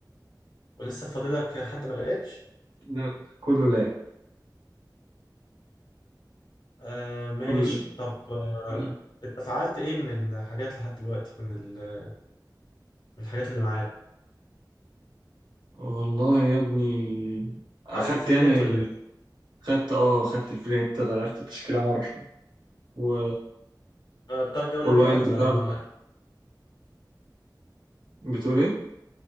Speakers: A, on the left; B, on the right.
A: ولسه فاضلك حد ما لعبش
B: لا كله لا
A: آه ماشي
B: كله لا
A: طب آه
B: كله لا
A: انت فعلت ايه من الحاجات لحد دلوقتي من ال- من الحاجات اللي معاك
B: والله يا ابني اخدت
A: عملت الفري
B: يعني
A: هيت
B: ال-
A: ولا
B: خدت اه خدت الفري هيت غيرت تشكيلة مرة و...
A: غيرتها الجولة
B: والوايلد
A: دي ولا
B: كارد بتقول ايه